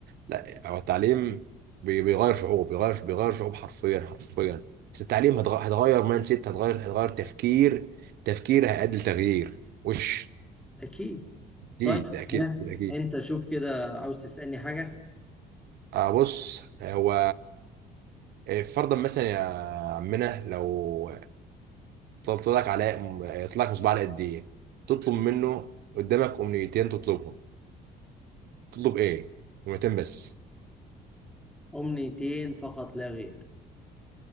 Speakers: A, on the right (about 70°); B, in the centre.
A: لا هو التعليم بي- بيغير شعوب بيغير بيغير شعوب حرفيا حرفيا بس التعليم هتغ- هتغير مايند سيت هتغير هتغير تفكير تفكير هيؤدي لتغيير وش
B: اكيد طيب
A: اكيد ده اكيد
B: ها
A: ده اكيد
B: انت شوف كده عاوز تسألني حاجة
A: آه بص هو آه، فرضا مثلا يا عمنا لو طلبت لك على طلع لك مصباح علاء الدين تطلب منه قدامك امنيتين تطلبهم تطلب ايه جملتين بس
B: أمنيتين فقط لا غير